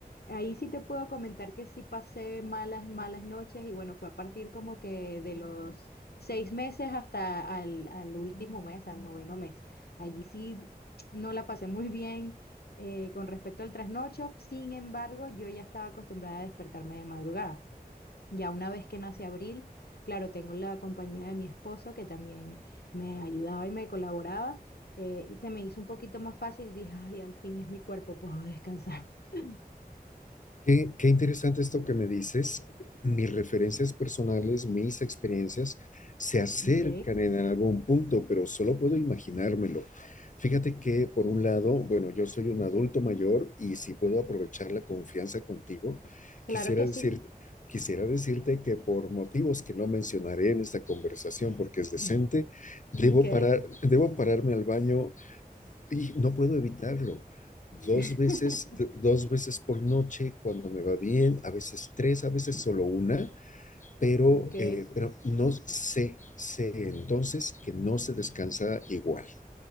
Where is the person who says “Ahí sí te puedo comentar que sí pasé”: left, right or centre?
Left